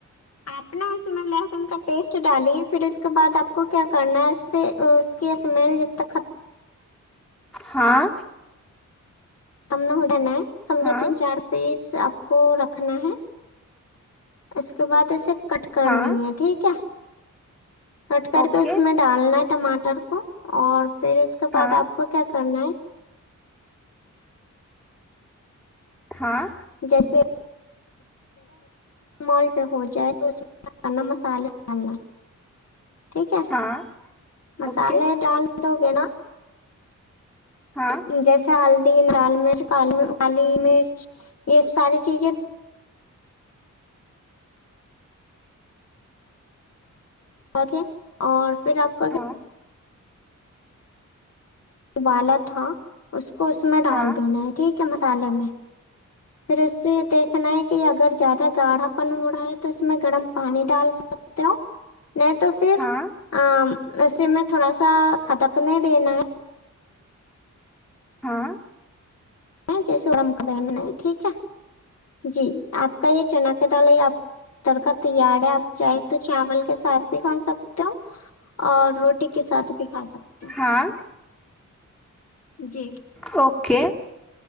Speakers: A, on the left; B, in the centre.
A: آپ نے اس میں لہسن کا پیسٹ ڈالیے پھر اس کے بعد آپ کو کیا کرنا ہے اس سے کی اسمیل جب تک ختم
B: ہاں
A: تم نہ ہو نئی تم
B: ہاں
A: جو تین چار پیس آپ کو رکھنا ہے اس کے بعد اسے کٹ کرنی
B: ہاں
A: ہے ٹھیک ہے کٹ کر
B: اوکے
A: کے اس میں ڈالنا ہے ٹماٹر کو اور پھر اس کے بعد
B: ہاں
A: آپ کو کیا کرنا ہے
B: ہاں
A: جیسے مول پہ ہو جائے تو اس کرنا مسالے ڈالنا ٹھیک ہے
B: ہاں
A: مسالے
B: اوکے
A: ڈال دو گے نا
B: ہاں
A: جیسے ہلدی لال مرچ کالی میر کالی مرچ یہ ساری چیزیں اوکے اور پھر آپ کا کیا
B: ہاں
A: ابالا تھا اس کو اس میں ڈال
B: ہاں
A: دینا ہے ٹھیک ہے مسالحے میں پھر اس سے دیکھنا ہے کہ اگر زیادہ گاڑھا پن ہو رہا ہے تو اس میں گرم پانی ڈال سکتے ہو نہیں تو پھر
B: ہاں
A: ا اسے میں تھوڑا سا کدکنے دینا ہے
B: ہاں
A: جیسے ہم کرا نہ ٹھیک ہے جی آپ کا یہ چنا کے دال ہو یہ آپ تڑکا تیار ہے آپ چاہیں تو چاول کے ساتھ بھی کھا سکتے ہو اور روٹی کے ساتھ بھی کھا سکتے ہیں
B: ہاں
A: جی
B: اوکے